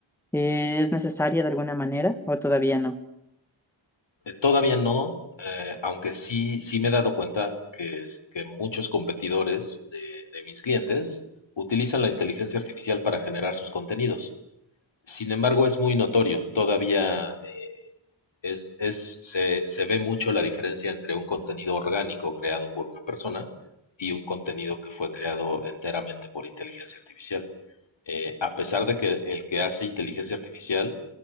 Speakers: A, in the centre; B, on the left (about 70°).
A: ¿Es necesaria de alguna manera o todavía no?
B: Eh, todavía no, eh, aunque sí, sí me he dado cuenta que, es, que muchos competidores de, de mis clientes utilizan la inteligencia artificial para generar sus contenidos. Sin embargo, es muy notorio. Todavía Es, es, se, se ve mucho la diferencia entre un contenido orgánico creado por una persona y un contenido que fue creado enteramente por inteligencia artificial eh, a pesar de que el que hace inteligencia artificial,